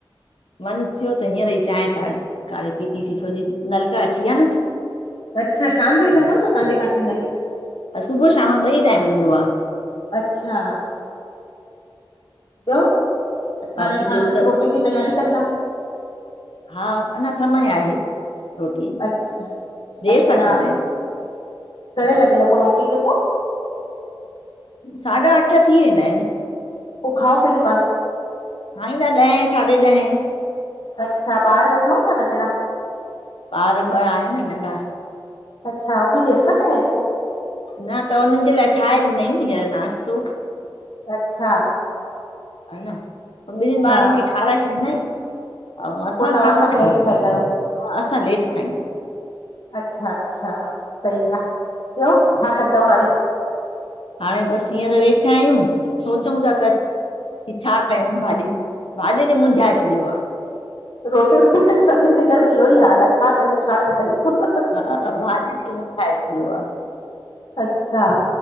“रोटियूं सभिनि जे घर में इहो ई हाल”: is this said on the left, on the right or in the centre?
Left